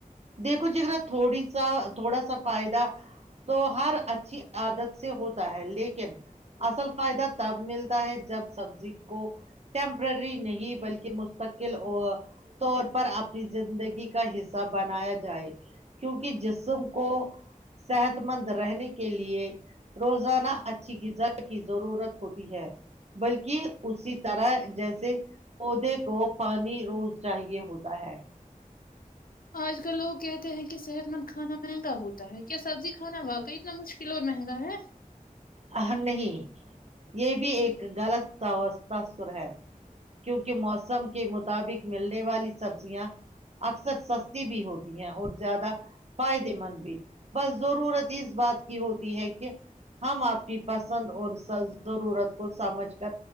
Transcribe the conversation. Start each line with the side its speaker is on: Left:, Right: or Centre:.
Right: دیکھو جگرا تھوڑی سا تھوڑا سا فائدہ تو ہر اچھی عادت سے ہوتا ہے لیکن اصل فائدہ تب ملتا ہے جب سبزی کو ٹیمپرری نہیں بلکہ مستقل او طور پر اپنی زندگی کا حصہ بنایا جائے کیونکہ جسم کو صحت مند رہنے کے لیے روزانہ اچھی غذا کی ضرورت ہوتی ہے بلکہ اسی طرح جیسے پودے کو پانی روز چاہیے ہوتا ہے
Left: آج کل لوگ کہتے ہیں کہ صحت مند کھانا مہنگا ہوتا ہے کیا سبزی کھانا واقعی اتنا مشکل اور مہنگا ہے
Right: ان نہیں یہ بھی ایک غلط تواسور ہے کیونکہ موسم کے مطابق ملنے والی سبزیاں اکثر سستی بھی ہوتی ہے اور زیادہ فائدے مند بھی بس ضرورت اس بات کی ہوتی ہے کہ ہم آپ کی پسند اور سر ضرورت کو سمجھ کر